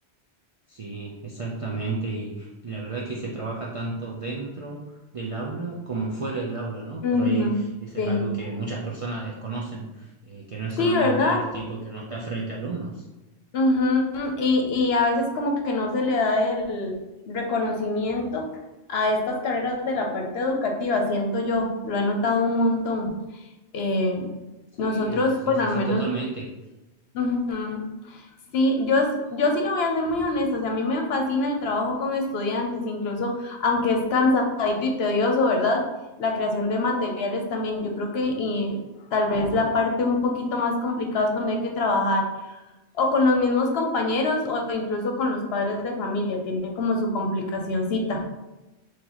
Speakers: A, on the right (about 45°); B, on the left (about 70°).
A: Sí, exactamente, y, y la verdad es que se trabaja tanto dentro del aula como fuera del aula, ¿no? Por
B: Ujú,
A: ahí eso
B: Sí.
A: es algo que muchas personas desconocen, eh, que no es solamente
B: Sí, ¿verdad?
A: el tiempo que uno está frente a alumnos.
B: Ujú, Y, y a veces como que no se le da el reconocimiento a estas carreras de la parte educativa, siento yo, lo he notado un montón. Eh,
A: Sí,
B: nosotros,
A: sí,
B: bueno,
A: sí,
B: al
A: sí,
B: menos
A: totalmente.
B: Ujú. Sí, yo, s- yo sí le voy a ser muy honesta, o sea, a mí me fascina el trabajo con estudiantes, incluso aunque es cansadito y tedioso, ¿verdad? La creación de materiales también, yo creo que y tal vez la parte un poquito más complicada es cuando hay que trabajar o con los mismos compañeros o incluso con los padres de familia, tiene como su complicacioncita.